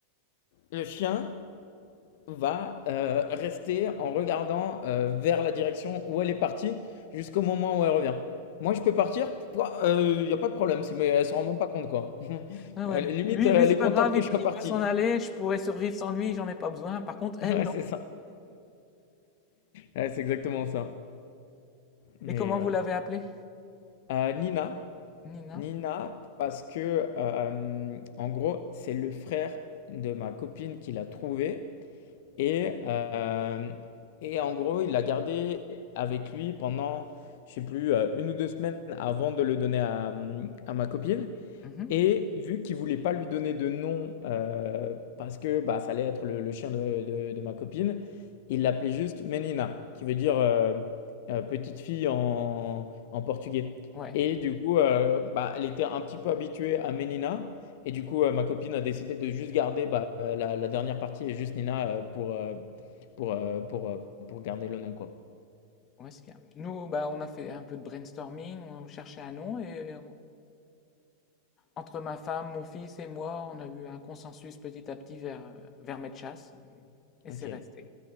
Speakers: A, on the left; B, on the left.
A: Le chien va euh, rester en regardant euh, vers la direction où elle est partie jusqu'au moment où elle revient. Moi, je peux partir, il n'y a pas de problème, c'est- mais elle ne s'en rend même pas compte, quoi. <laughs>
B: Ah ouais,
A: Euh, Limite,
B: lui,
A: euh,
B: lui
A: elle
B: c'est
A: est
B: pas
A: contente
B: grave,
A: que
B: il,
A: je
B: peut
A: sois
B: il
A: parti.
B: peut s'en aller, je pourrais survivre sans lui, j'en ai pas besoin. Par contre, elle,
A: <laughs> Ouais,
B: non.
A: c'est ça. Ouais, c'est exactement ça. Mais
B: Et comment
A: ouais.
B: vous l'avez appelée?
A: Euh, Nina.
B: Nina?
A: Nina, parce que, euh, en gros, c'est le frère de ma copine qui l'a trouvée. Et, euh, et en gros, il l'a gardé avec lui pendant, je sais plus, euh, une ou deux semaines avant de le donner à, à ma copine.
B: Mhm.
A: Et vu qu'il voulait pas lui donner de nom euh, parce que bah, ça allait être le, le chien de, de- de ma copine, il l'appelait juste Menina, qui veut dire euh, euh, petite fille en, en portugais.
B: Ouais,
A: Et du coup, euh, bah, elle était un petit peu habituée à Menina. Et du coup, euh, ma copine a décidé de juste garder bah, euh, la, la dernière partie et juste Nina euh, pour, euh, pour, euh, pour, euh, pour garder le nom, quoi.
B: ouais, c'est bien. Nous, bah, on a fait un peu de brainstorming, on cherchait un nom et on, Entre ma femme, mon fils et moi, on a eu un consensus petit à petit vers, euh, vers Medchas et, et
A: Ok.
B: c'est resté.